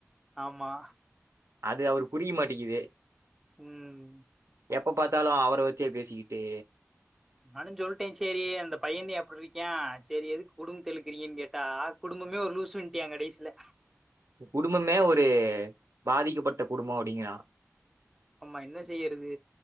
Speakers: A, in the centre; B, on the right.
A: ஆமா
B: அது அவரு புடிக்க மாட்டிகிது
A: ம்
B: எப்ப பாத்தாலு அவர ச்சே பேசிக்கிட்டே
A: நானுஞ் சொல்ட்டே சேரி அந்த பையந்தே அப்பிட்ருக்யான் சேரி எதுக் குடும்பத்திழுக்கிறீங்கன்னு கேட்டா குடும்பமே ஒரு லூசுன்ட்யான் கடைசில
B: குடும்பமே ஒரு பாதிக்கப்பட்ட குடும்போ அப்டிங்கிறா
A: ஆமா என்ன செய்யறது